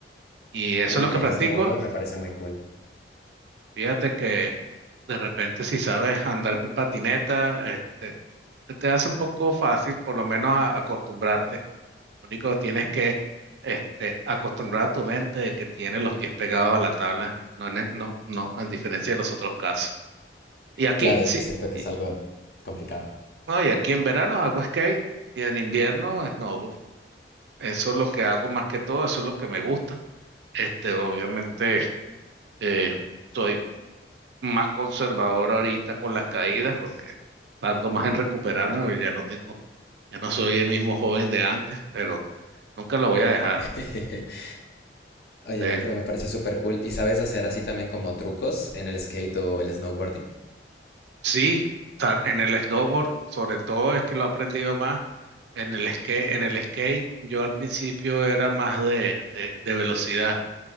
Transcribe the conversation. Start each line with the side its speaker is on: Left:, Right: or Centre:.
Right: Y eso
Left: Uy,
Right: es lo que
Left: el
Right: practico.
Left: snowboard me parece muy cool.
Right: Fíjate que de repente si sabes andar en patineta, este, te hace un poco fácil por lo menos a- acostumbrarte único tienes que este, acostumbrar a tu mente de que tienes los pies pegados a la tabla, no, en- e, no, no, a diferencia de los otros casos. Y aquí,
Left: Claro,
Right: sí,
Left: yo siento que
Right: y,
Left: es algo complicado.
Right: no, y aquí en verano hago skate y en invierno snowboard. Eso es lo que hago más que todo, eso es lo que me gusta. Este, obviamente, eh, soy más conservador ahorita con las caídas porque tardo más en recuperarme porque ya no tengo, ya no soy el mismo joven de antes, pero nunca lo voy a dejar.
Left: <laughs> Oye,
Right: De
Left: no, pero me parece súper cool. ¿Y sabes hacer así también como trucos en el skate o el snowboarding?
Right: Sí, ta- en el snowboard, sobre todo es que lo he aprendido más. En el skate, en el skate, yo al principio era más de, de, de velocidad.